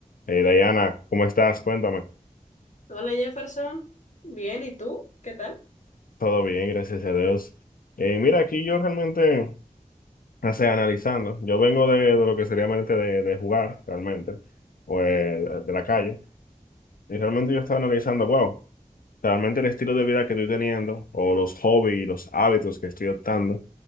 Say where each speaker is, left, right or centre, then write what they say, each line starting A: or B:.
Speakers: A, on the left (about 85°); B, on the left (about 55°).
A: Hey, Diana, ¿cómo estás? Cuéntame.
B: Hola Jefferson, bien, ¿y tú? ¿Qué tal?
A: Todo bien, gracias a Dios. Eh, mira, aquí yo realmente, o sea, analizando, yo vengo de, de lo que sería mente de, de jugar, realmente, o eh, de la calle, y realmente yo estaba analizando, wow, realmente el estilo de vida que estoy teniendo, o los hobbies y los hábitos que estoy optando,